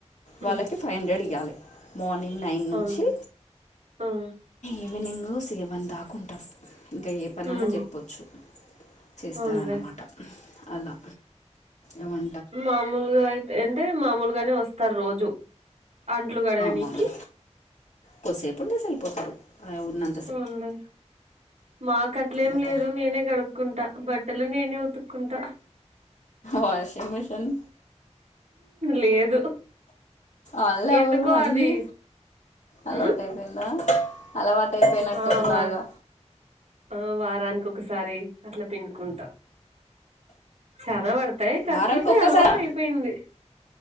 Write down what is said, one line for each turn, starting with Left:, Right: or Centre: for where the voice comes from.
Left: వాళ్ళకి
Right: ఉమ్
Left: ఫైవ్ హండ్రెడ్ ఇయ్యాలే మార్నింగ్ నైన్ నుంచి
Right: అవునులే ఉమ్
Left: ఈవినింగ్ సెవెన్ దాకుంటారు ఇంకా ఏ పనన్నా
Right: ఉమ్
Left: చెప్పొచ్చు చేస్తారన్నమాట
Right: అవునులే
Left: అలా ఏమం
Right: మామూలుగా అయితే అంటే మామూలుగానే వస్తారు రోజు అంట్లు కడగనీకి
Left: మామూలు కొద్దిసేపు ఉండేసి ఎళ్ళిపోతారు అ ఉన్నం
Right: అవునులే మాకు అట్లేం
Left: గత
Right: లేదు నేనే కడు కుంటా బట్టలు నేనే ఉతుక్కుంటా
Left: వాషింగ్ మిషీన్
Right: లేదు
Left: అళ్ళవ్
Right: ఎందుకో
Left: అన్ని
Right: అది
Left: అలవాటై
Right: ఉమ్
Left: పోయిందా అలవాటు అయిపోయినట్టుంది
Right: ఆ వా
Left: బాగా
Right: ఆ వారానికి ఒకసారి అట్లా పిండుకుంటా చానా పడతాయి కాకపోతే
Left: వారానికి ఒక్కసారా
Right: అలవాటు అయిపోయింది